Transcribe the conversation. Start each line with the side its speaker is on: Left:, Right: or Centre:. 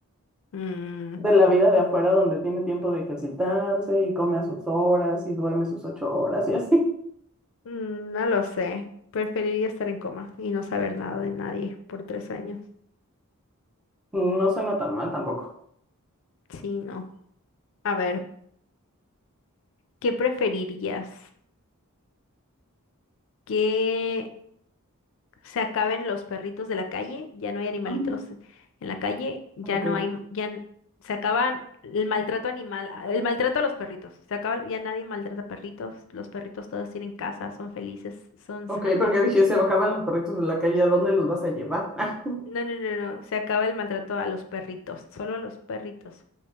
Left: Mm,
Centre: De la vida de afuera donde tiene tiempo de ejercitarse y come a sus horas y duerme sus ocho horas y así. <laughs>
Left: mm, no lo sé. Preferiría estar en coma y no saber nada de nadie por tres años.
Centre: No suena tan mal tampoco.
Left: Sí, no. A ver. ¿Qué preferirías? ¿Que se acaben los perritos de la calle? ¿Ya no hay animalitos
Centre: Ah,
Left: en la calle? ¿Ya
Centre: Ok,
Left: no hay, m- ya n- se acaban el maltrato animal, ah, el maltrato a los perritos? Se acaba, ya nadie maltrata perritos, los perritos todos tienen casa, son felices, son
Centre: ok,
Left: sanos.
Centre: porque dije, se acaban los perritos de la calle, ¿a dónde los vas a llevar? <laughs>
Left: No, no, no, no, se acaba el maltrato a los perritos, solo a los perritos.